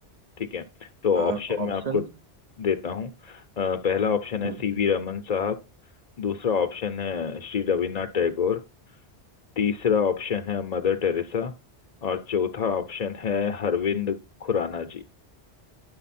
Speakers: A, on the left; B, on the right.
A: ठीक है तो
B: अ,
A: ऑप्शन मैं
B: ऑप्शन
A: आपको देता हूँ अ, पहला ऑप्शन है
B: हम्म।
A: सीवी रमन साहब दूसरा ऑप्शन है श्री रविन्द्रनाथ टैगोर तीसरा ऑप्शन है मदर टेरेसा और चौथा ऑप्शन है अरविंद खुराना जी